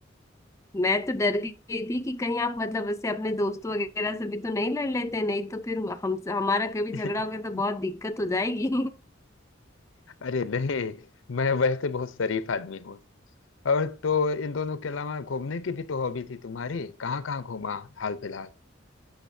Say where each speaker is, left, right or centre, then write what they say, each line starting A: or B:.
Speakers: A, on the left; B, on the left.
A: मैं तो डर गई थी कि कहीं आप मतलब उससे अपने दोस्तों वगैरह से भी तो नहीं लड़ लेते नहीं तो फिर हम हमारा कभी
B: <laughs>
A: झगड़ा हो गया तो बहुत दिक्कत हो जाएगी
B: अरे नहीं मैं वैसे बहुत शरीफ आदमी हूँ और तो इन दोनों के अलावा घूमने की भी तो हॉबी थी तुम्हारी कहाँ कहाँ घूमा हाल फिलहाल